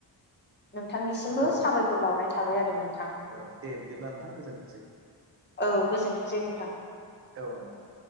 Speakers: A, on the left; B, on the right.
A: नोंथांनिसिमबो
B: औ
A: साबायखर
B: नोंथां
A: बावनाय थाबाय आरो नों
B: औ दे बिदिब्ला नोंथां गोजोनथोंसै
A: औ गोजोनथोंसै नोंथां
B: औ नोंथां